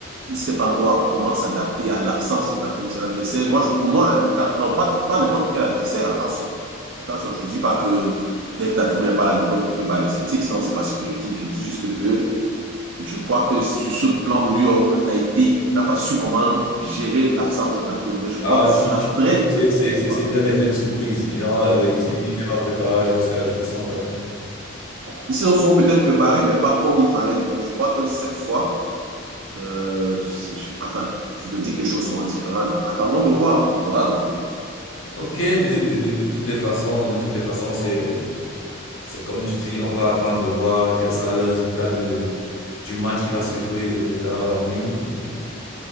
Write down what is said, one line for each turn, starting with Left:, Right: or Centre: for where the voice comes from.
Right: il ne sait pas encore comment s'adapter à l'absence de Tatum. C'est l'adversaire. Moi, pour moi, hein, non, pas, pas n'importe quel adversaire, attention. Attention, je ne dis pas que dès que Tatum n'est pas là, n'importe qui peut battre les Celtics. Non, ce n'est pas ce que je dis. Je dis juste que je crois que sur ce plan, New York a été, n'a pas su comment gérer l'absence de Tatum. Mais je crois
Left: Ah,
Right: que ce
Left: tu,
Right: sera
Left: tu, tu
Right: très difficile.
Left: dis que c'est- c'est- c'est- c'était un effet de surprise. Il, a, euh, il ne s'est- il n'était pas préparé à jouer, à jouer sans Tatum.
Right: ils se sont peut-être préparés, mais pas comme il fallait. Mais je crois que cette fois, euh, je- enfin, je me dis que les choses seront différentes. Attendons de voir. On verra dans tous les cas.
Left: Ok, de, de, de, de toutes les façons, de toutes les façons, c'est, c'est comme tu dis, on va attendre de voir quel sera le résultat de, du match qui va se jouer euh, tard dans la nuit. Et,